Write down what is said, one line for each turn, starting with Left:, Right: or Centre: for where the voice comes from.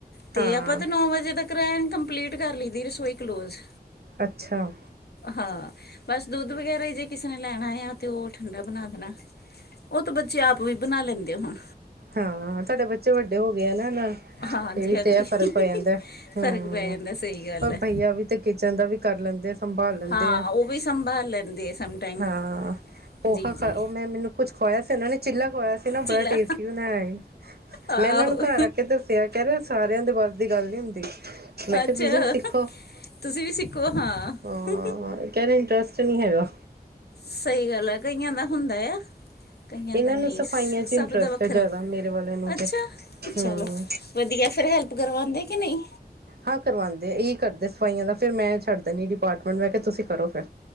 Left: ਤੇ
Right: ਹਾਂ
Left: ਆਪਾਂ ਤੇ ਨੋ ਵਜੇ ਤੱਕ ਤਿਕਰਐਨ ਕੰਪਲੀਟ ਕਰ ਲਈਦੀ ਰਸੋਈ ਕਲੋਜ।
Right: ਅੱਛਾ।
Left: ਹਾਂ, ਬਸ ਦੁੱਧ ਵਗੈਰਾ ਈ ਜੇ ਕਿਸੇ ਨੇ ਲੈਣਾ ਆ ਤੇ ਓ ਠੰਡਾ ਬਣਾ ਦੇਣਾ। ਉ ਤਾਂ ਬੱਚੇ ਆਪ ਵੀ ਬਣਾ ਲੇਂਦੇ ਹੁਣ।
Right: ਹਾਂ, ਤਾਡੇ ਬੱਚੇ ਵੱਡੇ ਹੋ ਗਏ ਆ ਨਾ ਹੁਨ।
Left: ਹਾਂਜੀ
Right: ਏ ਵੀ
Left: ਹਾਂਜੀ
Right: ਤੇ ਏ
Left: ਫ਼ਰਕ
Right: ਫ਼ਰਕ ਪੈ ਜਾਂਦਾ ਹੁੰ
Left: ਪੈ ਜਾਂਦਾ ਸਹੀ ਗੱਲ
Right: ਔਰ
Left: ਹੈ
Right: ਬਈਆ ਵੀ ਤੇ ਕਿਚਨ ਦਾ ਵੀ ਕਰ ਲੇਂਦੇ ਆ ਸੰਭਾਲ ਲੇਂਦੇ
Left: ਹਾਂ
Right: ਐ
Left: ਉਹ ਵੀ ਸੰਭਾਲ ਲੈਂਦੇ ਸਮਟਾਈਮ
Right: ਹਾ- ਪੋਹਾ
Left: ਜੀ ਜੀ
Right: ਖਾ ਓਨਾ ਨੇ ਮੈਨੂੰ ਕੁੱਛ ਖੁਆਏਆ ਸੀ, ਓਨਾਂ ਨੇ ਚਿੱਲਾ ਖੁਆਏਆ ਸੀ ਨਾ ਬੜਾ
Left: ਚੀਲਾ
Right: ਟੇਸਟ ਬਣਾਏਆ,
Left: ਆਹੋ
Right: ਮੈਂ ਏਨਾਂ ਨੂੰ ਘਰ ਆ ਕੇ ਦੱਸੇਆ ਕੇਂਦੇ ਸਾਰੇਆਂ ਦੇ ਬੱਸ ਦੀ ਗੱਲ ਨੀ ਹੁੰਦੀ। ਮੈ ਕੇਆ
Left: ਅੱਛਾ
Right: ਤੁਸੀਂ ਵੀ ਸਿੱਖੋ
Left: ਤੁਸੀਂ ਵੀ ਸਿੱਖੋ ਹਾਂ
Right: ਹਾਂ ਕੈ ਰਏ ਇੰਟਰਸਟ ਨਹੀਂ ਹੈਗਾ।
Left: ਸਹੀ ਗੱਲ ਐ ਕਈਆਂ ਦਾ ਹੁੰਦਾ ਆ। ਕਈਆਂ
Right: ਇਹਨਾਂ
Left: ਦਾ ਨਹੀਂ
Right: ਨੂੰ ਸਫਾਈਆਂ ਚ ਇੰਟਰਸਟ
Left: ਸਭ ਦਾ ਵੱਖਰਾ
Right: ਹੈ ਜ਼ਿਆਦਾ ਮੇਰੇ ਵਾਲਿਆਂ ਨੂੰ
Left: ਅੱਛਾ
Right: ਤੇ
Left: ਚਲੋ,
Right: ਹੂੰ
Left: ਵਧੀਆ ਫੇਰ ਹੇਲ ਕਰਵਾਂਦੇ ਕਿ ਨਹੀਂ।
Right: ਹਾਂ ਕਰਵਾਂਦੇ, ਇ ਕਰਦੇ ਸਫਾਈਆਂ ਦਾ ਫਿਰ ਮੈਂ ਛੱਡ ਦੇਨੀ ਡਿਪਾਰਟਮੈਂਟ ਮੈਂ ਕਿਹਾ ਤੁਸੀਂ ਕਰੋ ਫਿਰ।